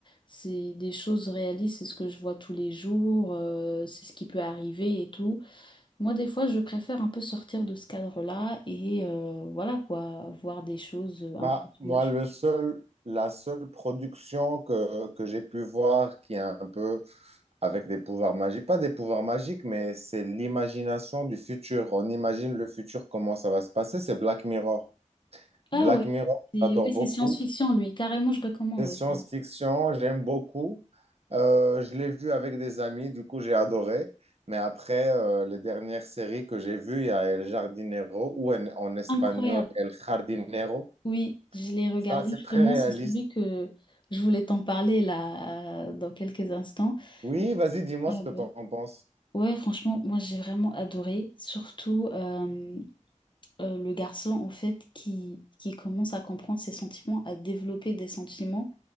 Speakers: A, on the left; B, on the right.
A: c'est des choses réalistes, c'est ce que je vois tous les jours, euh, c'est ce qui peut arriver et tout. Moi, des fois, je préfère un peu sortir de ce cadre-là et euh, voilà quoi, voir des choses un
B: Bah,
A: peu surnaturelles.
B: moi, le seul, la seule production que, que j'ai pu voir qui est un peu avec des pouvoirs magiques, pas des pouvoirs magiques, mais c'est l'imagination du futur. On imagine le futur, comment ça va se passer, c'est Black Mirror.
A: Ah
B: Black
A: ouais,
B: Mirror,
A: c'est
B: j'adore
A: oui,
B: beaucoup.
A: c'est science-fiction lui, carrément, je recommande.
B: C'est
A: Ouais.
B: science-fiction,
A: c'est
B: j'aime beaucoup. Euh, je l'ai vu avec des amis, du coup, j'ai adoré. Mais après, euh, les dernières séries que j'ai vues, il y a El Jardinero ou en, en espagnol
A: Incroyable.
B: El Jardinero.
A: Oui, je l'ai regardé
B: Ça, c'est
A: justement,
B: très réaliste.
A: c'est celui que je voulais t'en parler là euh, dans quelques instants.
B: Oui, vas-y, dis-moi
A: Incroyable.
B: ce que t'en
A: Ouais,
B: penses.
A: Ouais, franchement, moi j'ai vraiment adoré, surtout euh, euh, le garçon en fait qui, qui commence à comprendre ses sentiments, à développer des sentiments.